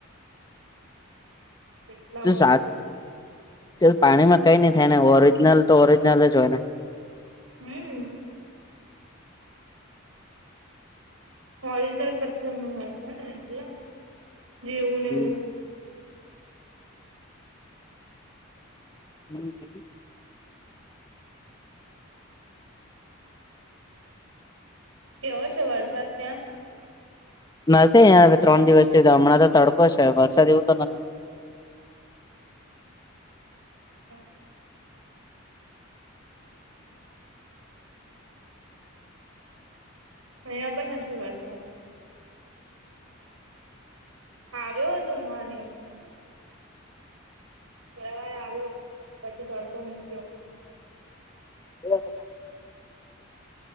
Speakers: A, on the right; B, on the left.
A: <inaudible>
B: <unintelligible>
A: વર્ષોથી
B: પાણીમાં કઈ નઈ થાય ને ઓરિજનલ તો ઓરિજનલ જ હોય ને-
A: હમ્મ ઓરિજનલ પથ્થર નું હોય છે ને એટલા જેવું ને
B: હમ
A: એવું
B: હમ્મ
A: કેવો છે વરસાદ ત્યાં
B: નથી હવે ત્રણ દિવસથી તો હમણાં તો તડકો છે વરસાદ એવું તો નથી
A: હમ્મ અહીંયા પણ નથી વરસાદ આવ્યો હતો મોર્નિંગમાં થોડા વાર આવ્યો પછી તડકો મૂક્યો
B: <unintelligible>